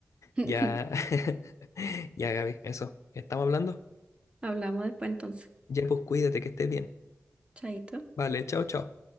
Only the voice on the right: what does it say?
<laughs>
Hablamos después entonces.
Chaito.